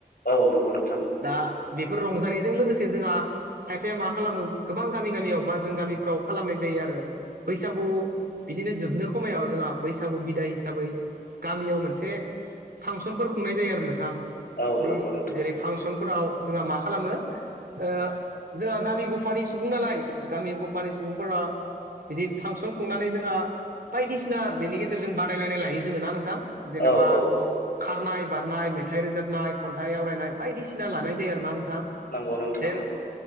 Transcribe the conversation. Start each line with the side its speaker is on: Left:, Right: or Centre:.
Left: औ नंगौ नोंथां।
Right: दा बेफोर रंजानायजों लोगोसे जोंहा खायफाया मा खालामो गोबां गामि गामियाव बा जों गामिफोराव खालामनाय जायो। आरो बैसागु बिदिनो जोबनो खमायाव जोंहा बैसागु बिदा हिसाबै गामियाव मोनसे फांसनफोर खुंनाय जायो आरो नोंथां
Left: औ
Right: बे
Left: नंगौ नोंथां
Right: जेरै फांसन फोराव जोंहा मा खालामो जोंहा गामि गफानि सुबुं नालाय गामि गफानि सुबुं बुं फोरा बिदि फांसन खुंनानै जोंहा बायदिसिना बेनि गेजेरजों बादायलायनाय लायो जोंङो ना नोंथां। जेनेबा
Left: औ औ औ
Right: खारनाय बारनाय मेथाइ रोजाबनाय खन्थाइ आवरायनाय बायदिसिना लानाय जायो आरोना नों। थां
Left: नंगौ नोंथां
Right: जेन
Left: नंगौ